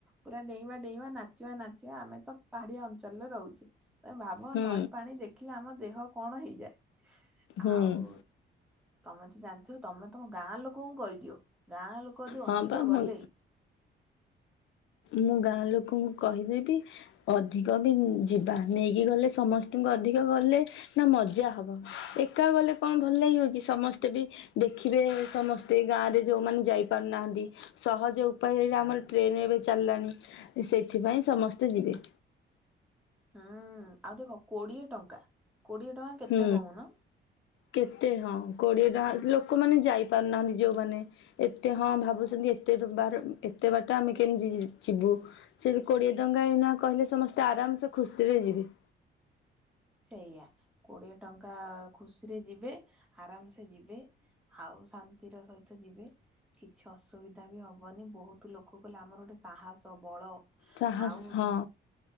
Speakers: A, in the centre; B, on the left.
A: ପୁରା ଡେଇଁବା ଡେଇଁବା ନାଚିବା ନାଚିବା ଆମେ ତ ପାହାଡିଆ ଅଞ୍ଚଳରେ ରହୁଚେ। ତମେ ଭାବ
B: ହୁଁ
A: ନଈ ପାଣି ଦେଖିଲେ ଆମ ଦେହ କଣ ହେଇଯାଏ
B: ହୁଁ।
A: ଆଉ ତମେ ତ ଜାଣିଥିବ ତମେ ତମ ଗାଁ ଲୋକଙ୍କୁ କହିଦିଅ ଗାଁ ଲୋକ ଯଦି
B: ହଁ
A: ଅଧିକ
B: ପା ମୁଁ
A: ଗଲେ
B: ମୁଁ ଗାଁ ଲୋକଙ୍କୁ କହିଦେବି ଅଧି <unintelligible> ଯିବା ନେଇକି ଗଲେ ସମସ୍ତଙ୍କୁ ଅଧିକ ଗଲେ ନା ମଜା ହବ ଏକା ଗଲେ କଣ ଭଲ ଲାଗିବ କି ସମସ୍ତେ ବି ଦେଖିବେ ସମସ୍ତେ ଗାଁ ରେ ଯୋଉମାନେ ଯାଇପାରୁନାହାନ୍ତି ସହଜ ଉପାୟ ରେ ଆମର ଏବେ ଚାଲିଲାଣି ସେଇଥିପାଇଁ ସମସ୍ତେ ଯିବେ।
A: ହୁଁ ଆଉ ଦେଖ କୋଡିଏ ଟଙ୍କା କୋଡିଏ ଟଙ୍କା କେତେ
B: ହୁଁ।
A: କହୁନ
B: କେତେ ହଁ କୋଡିଏ ଟଙ୍କା ଲୋକମାନେ ଯାଇପାରୁନାହାନ୍ତି ଯୋଉମାନେ। ଏତେ ହଁ ଭାବୁଚନ୍ତି ଏତେ ବାର ଏତେ ବାଟ ଆମେ କେମିତି ଯିବୁ। ସେଠି କୋଡିଏ ଟଙ୍କା ଏଇନା କହିଲେ ସମସ୍ତେ ଆରାମସେ ଖୁସିରେ ଯିବେ।
A: ସେଇଆ କୋଡିଏ ଟଙ୍କା ଖୁସିରେ ଯିବେ ଆରାମସେ ଯିବେ ଆଉ ଶାନ୍ତିର ସହିତ ଯିବେ। କିଛି ଅସୁବିଧା ବି ହବନି ବହୁତ ଲୋକ କଲେ ଆମର ଗୋଟେ ସାହସ ବଳ
B: ସାହସ
A: ଆଉ ଉଁ
B: ହଁ